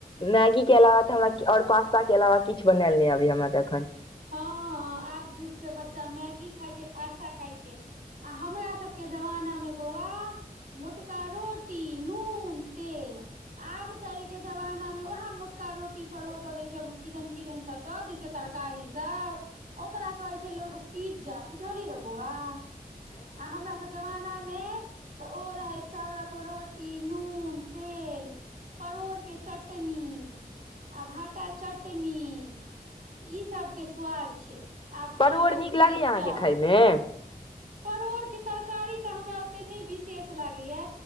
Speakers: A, on the left; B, on the right.
A: मैगी के अलावा तऽ हमरा और पास्ता के अलावा किछु बनायल नहि अबैया हमरा तऽ एखन
B: हँ आब झुक के बच्चा मैगी खाइ छै पास्ता खाइ छै आ हमरा सबके जमाना मे बौआ मोटका रोटी नून तेल आब कालिके जमाना मे उएह मोटका रोटी पर ओ दऽ दै छै किदन किदन सभ दऽ दै छियै तरकारी सब ओकरा कहै छै लोग पिज्जा बुझली रऽ बौआ आ हमरा सब जमानामे तऽ ओ रहै चाउरक रोटी नून तेल परोड़ के चटनी आ भाटा चट बाढ निक ई सब स्वाद छै आब खाय
A: परोड़
B: छै लोग
A: नीक लागैये
B: पिज्जा
A: अहाँके खायमे
B: परोड़ के तरकारी तऽ हमरा ओते नहि विशेष लागैया